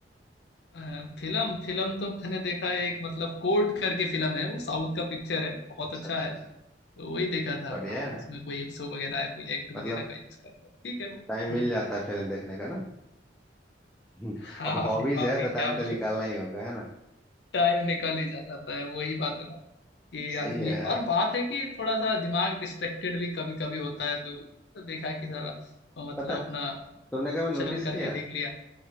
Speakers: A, on the left (about 65°); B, in the centre.
A: अ, फिल्म फिल्म तो मैंने देखा है एक मतलब कोर्ट करके फिल्म है वो साउथ का पिक्चर है बहुत
B: अच्छा
A: अच्छा
B: अच्छा
A: है
B: अच्छा
A: तो वही देखा था
B: बढ़िया है
A: उसमें कोई इप्सो वगैरह है कोई एक्ट वगैरह
B: मतलब
A: का यूज करता है ठीक है वो
B: टाइम
A: हम्म,
B: मिल जाता है फिल्म देखने का ना <laughs> हम्म।
A: हाँ
B: अब हॉबीज
A: भी हाँ
B: है
A: भी
B: तो
A: क्या
B: टाइम
A: बोलूं
B: तो निकालना ही होगा है ना
A: टाइम निकल ही जा जाता है वही बात है ना कि
B: सही
A: आदमी
B: है यार
A: और बात है कि थोड़ा सा दिमाग डिस्ट्रैक्टेड भी कभी कभी होता है तो, तो देखा कि साला तो मतलब
B: पता
A: अपना
B: तुमने कभी नोटिस
A: चल करके
B: किया
A: देख लिया